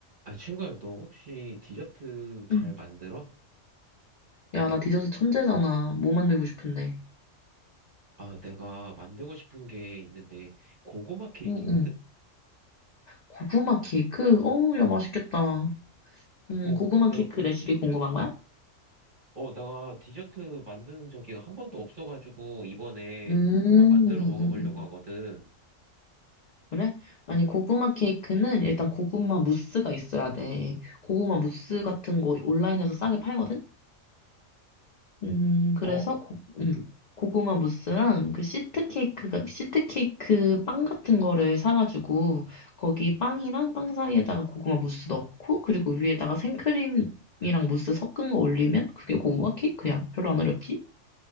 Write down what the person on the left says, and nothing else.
응.
야, 나 디저트 천재잖아. 뭐 만들고 싶은데.
응, 응. 고구마 케이크? 어우, 야, 맛있겠다. 응,
고구마
케이크
레시피 궁금한 거야?
음,
음,
음.
그래? 아니, 고구마 케이크는 일단 고구마 무스가 있어야 돼. 고구마 무스 같은 거 온라인에서 싸게 팔거든? 음, 그래서
고,
음, 고구마 무스랑 그 시트 케이크가 시트 케이크 빵 같은 거를 사가지고 거기 빵이랑 빵 사이에다가 고구마 무스 넣고 그리고 위에다가 생크림이랑 무스 섞은 거 올리면 그게 고구마 케이크야. 별로 안 어렵지?